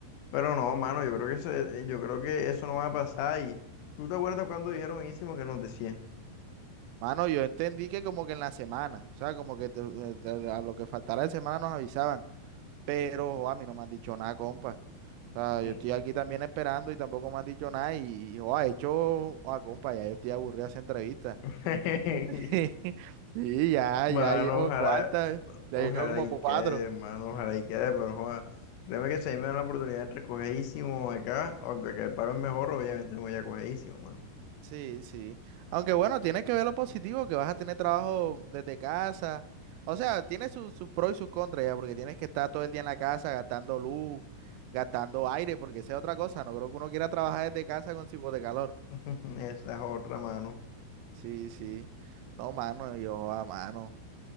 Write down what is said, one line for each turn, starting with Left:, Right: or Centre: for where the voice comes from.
Left: Pero no, mano, yo creo que eso, eh, eh, yo creo que eso no va a pasar. Y tú te acuerdas cuando dijeron Ísimo que nos decían.
Right: Mano, yo entendí que como que en la semana, o sea, como que te- eh, te- a lo que faltara de semana nos avisaban. Pero jo, a mí no me han dicho nada, compa. O sea,
Left: Mm.
Right: yo estoy aquí también esperando y tampoco me han dicho nada. Y, jo, ha hecho, a compa, ya yo estoy aburrido de hacer entrevistas.
Left: <laughs>
Right: <laughs> Sí, ya,
Left: Mano,
Right: ya llevo
Left: ojalá,
Right: cuántas, ya
Left: ojalá
Right: llevo como
Left: y
Right: cuatro.
Left: quede, mano, ojalá y quede, pero joda. Créeme que si a mí me dan la oportunidad entre cogeísimo acá, aunque acá el pago es mejor, obviamente me voy a cogeísimo, mano.
Right: Sí, sí. Aunque bueno, tienes que ver lo positivo, que vas a tener trabajo desde casa. O sea, tiene sus sus pros y sus contras ya, porque tienes que estar todo el día en la casa gastando luz, gastando aire, porque esa es otra cosa. No creo que uno quiera trabajar desde casa con tipo de calor.
Left: <laughs> Esa es otra mano.
Right: Sí, sí. No, mano, yo a mano.